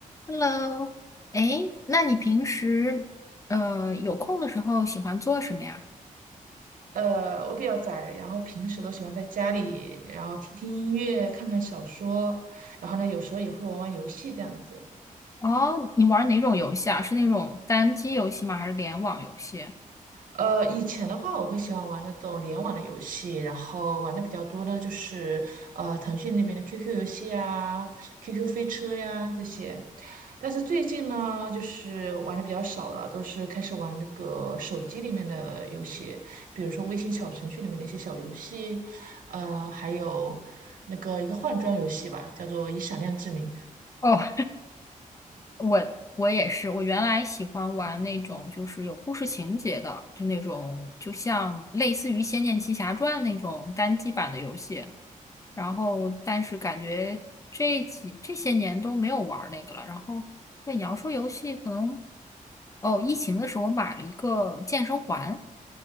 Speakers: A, on the left (about 25°); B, on the right (about 75°).
A: Hello，哎，那你平时呃有空的时候喜欢做什么呀？
B: 呃，我比较宅，然后平时都喜欢在家里，然后听听音乐，看看小说，然后呢，有时候也会玩玩游戏这样子。
A: 哦，你玩哪种游戏啊？是那种单机游戏吗？还是联网游戏？
B: 呃，以前的话，我会喜欢玩那种联网的游戏，然后玩的比较多呢，就是呃腾讯那边的 QQ 游戏啊、QQ 飞车呀这些。但是最近呢，就是玩的比较少了，都是开始玩那个手机里面的游戏，比如说微信小程序里面的一些小游戏，呃，还有那个一个换装游戏吧，叫做《以闪亮之名》。
A: 哦，我我也是，我原来喜欢玩那种就是有故事情节的，就那种就像类似于《仙剑奇侠传》那种单机版的游戏，然后但是感觉这几这些年都没有玩儿那个了。然后对你要说游戏，可能哦，疫情的时候我买了一个健身环，